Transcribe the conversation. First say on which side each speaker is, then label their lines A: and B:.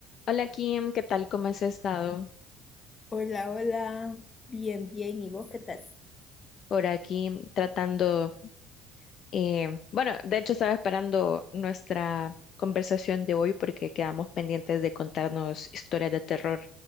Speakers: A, on the left; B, on the left.
A: Hola Kim, ¿qué tal? ¿Cómo has estado?
B: Hola, hola. Bien, bien. ¿Y vos qué tal?
A: Por aquí tratando, eh, bueno, de hecho estaba esperando nuestra conversación de hoy porque quedamos pendientes de contarnos historias de terror